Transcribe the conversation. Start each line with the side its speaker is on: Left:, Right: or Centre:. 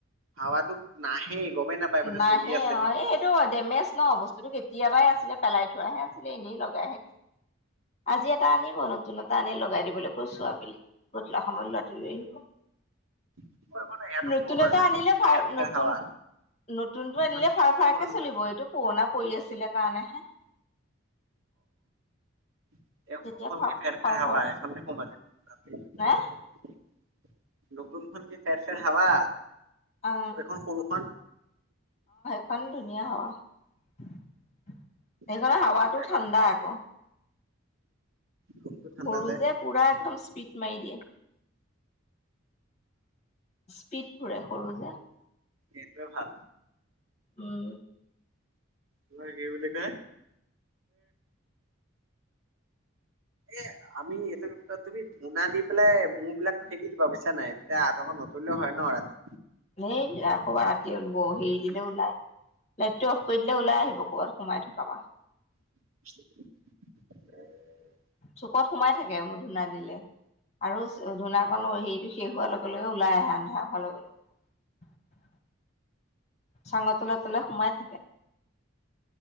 Right: হাৱাটো নাহেই। গমেই নাপায় মানে
Left: নাহে
Right: চলি আছে নেকি
Left: অঁ, এই এইটো ডেমেজ ন বস্তুটো কেতিয়াবাই আছে আছিলে পেলাই থোৱাহে আছিলে, এনেই লগাইহে আজি এটা আনিব নতুন এটা আনি লগাই দিবলৈ কৈছো আবেলি। গধুলা সময়ত ল'ৰাটো লৈ আহিব।
Right: একো নাই ইয়াতো
Left: নতুনতে
Right: ক'ব পাৰো এখন
Left: আনিলে
Right: কি
Left: ভাল,
Right: ফেৰ ফেৰ
Left: নতুন
Right: হাৱা
Left: নতুনটো
Right: এখন
Left: আনিলে
Right: টিকলুখন
Left: ফাৰ ফাৰকে চলিব, এইটো পুৰণা পৰি আছিলে কাৰণেহে।
Right: <unintelligible>
Left: তেতিয়া ফা
Right: ফেৰ-ফেৰ
Left: ফাও
Right: হাৱা
Left: ফাওকে
Right: আহে, এখনতে
Left: চলি
Right: সুম আজি। <inaudible>
Left: নাই
Right: নতুনখন কি ফেৰ- ফেৰ হাৱা।
Left: অ
Right: এখন সৰুখন
Left: খন ধুনীয়া হাৱা। <unintelligible>
Right: এ
Left: হাৱাটো
Right: নাইবা
Left: ঠাণ্ডা আকৌ।
Right: ৰুমটো ঠাণ্ডা
Left: সৰু যে পুৰা একদম পিট মাই দিয়ে। স্পীড ঘূৰে সৰু যে।
Right: এইটোৱে ভাল।
Left: উম।
Right: <unintelligible> কি বুলি কয়, এ আমি এইটোৰত তুমি ধূনা দি পেলাই মহ বিলাক খেদি দিবা বুজিছা নাই, তেতিয়া আঠখন নতৰিলেও হয় ন ৰাতি
Left: এই কৰবাত ৰাতি ব হেৰি দিলে ওলাই, লাইটটো অফ কৰি দিলে ওলাই আহিব ক'বাত সোমাই থকা পা।
Right: <inaudible>
Left: চুকত সোমাই থাকে মোৰ ধূনা দিলে আৰু ধূনাাকন হেৰিটো শেষ হোৱাৰ লগে লগে ওলাই আহে আন্ধাৰ হোৱাৰ লগে লগে চাঙৰ তলে-তলে সোমাই থাকে।